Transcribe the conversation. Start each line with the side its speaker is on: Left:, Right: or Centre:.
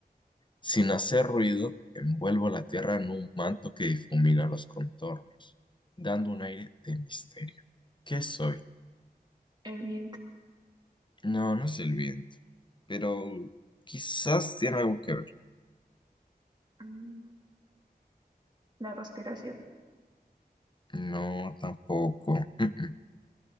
Left: Sin hacer ruido, envuelvo la tierra en un manto que difumina los contornos, dando un aire de misterio. ¿Qué soy?
Right: El viento,
Left: No, no es el viento, pero quizás tiene algo que ver.
Right: mm, la respiración.
Left: No, tampoco. <laughs> Mm-mm.